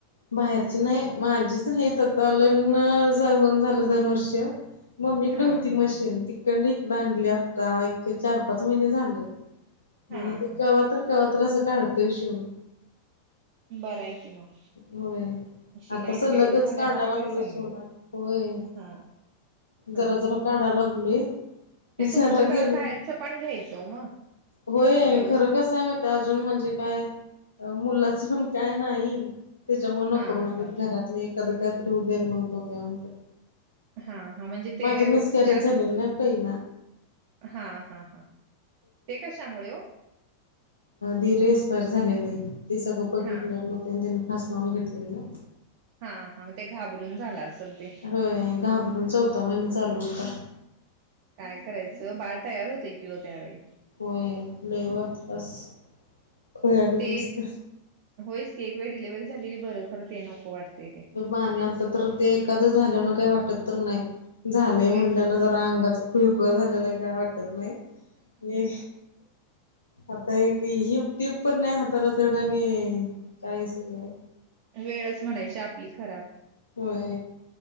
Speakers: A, on the left; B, on the right.
A: बाहेरची नाही माझीच आहे. आता लग्न होऊन झालं दोन वर्ष. मम्मीकडे
B: हा
A: होती
B: हा
A: मशीन, तिकंडन इकडं आणली, आता एक चार -पाच महिने झालं.
B: हा
A: मग ते
B: हा
A: कवातर कवा तर असं काढतो ह शिवून.
B: बरंय की मग.
A: होय,
B: शिलाईच
A: आता सलगच
B: केवढी झाल्या
A: काढा
B: बघालायसा
A: लागलोय
B: नव्हे
A: शिऊन, होय-
B: हा हा
A: जरा जरा
B: हा
A: काढा लागलोय.
B: ते
A: सर्व
B: तुमचं करत
A: केलंय,
B: बाहेरचं पण घ्यायचं मग
A: होय
B: व्यवस्थित
A: खरं कस आहे म ते अजून म्हणजे काय, मुलाचं पण काय नाही. त्याच्यामुळे नको
B: हा
A: म्हणत होते.
B: हा
A: घरातले एखादा काहीतरी होऊ द्या मग बघूया म्हणत होते.
B: हा हा म्हणजे ते
A: माझं मिसकॅरेज
B: जास्त
A: झालेलं ना पहिला.
B: हा हा हा,, ते कशामुळे हो?
A: दिर एक्सपायर झालेले. ते सगळं बघितलं
B: हा
A: मग फास लावून घेतलेलं.
B: हा, हा, मग ते घाबरून झाल असेल. ते
A: होय घाबरून, चौथा महिने चालू होता.
B: काय करायचं, बाळ तयार होतंय कि हो त्यावेळी.
A: होय लेवत <unintelligible> असस खयगत
B: ते
A: नसत
B: एक होयच की, एक वेळ डिललेव्हरी झालेली बरं, खरं ते नको वाटते.
A: आणि आता तर ते एखादं झाल्यान काही वाटत तर नाही. झालंय
B: होयच
A: म्हणल्या जर अंगाच खुळखुळा झालेला काय वाटत नाही. हे आता एक हि <unintelligible> टीप पण नाही हाताला थोडा आणि काय सगय
B: वेळच म्हणायची आपली खराब.
A: होय,